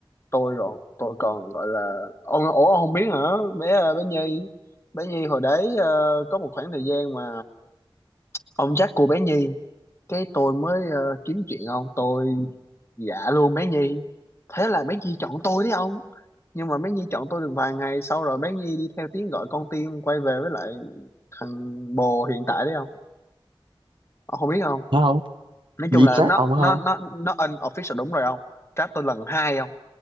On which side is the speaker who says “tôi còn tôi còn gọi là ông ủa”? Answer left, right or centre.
Left